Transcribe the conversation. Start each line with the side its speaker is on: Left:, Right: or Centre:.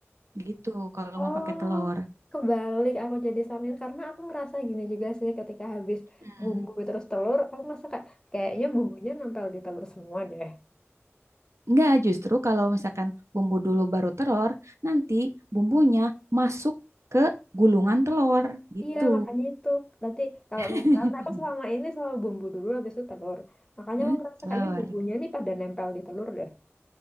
Right: Gitu kalau
Left: Oh,
Right: mau pakai telur.
Left: kebalik aku jadi samir karena aku ngerasa gini juga sih ketika habis
Right: Hmm.
Left: bumbu terus telur, aku ngerasa kayak kayaknya bumbunya nempel di telur semua deh.
Right: Enggak, justru kalau misalkan bumbu dulu baru telur, nanti bumbunya masuk ke gulungan telur gitu.
Left: Iya, makanya itu. Nanti kalau
Right: <laughs>
Left: misalkan aku selama ini selalu bumbu dulu habis itu telur. Makanya
Right: Eh,
Left: aku ngerasa
Right: Telur.
Left: kayaknya bumbunya nih pada nempel di telur deh.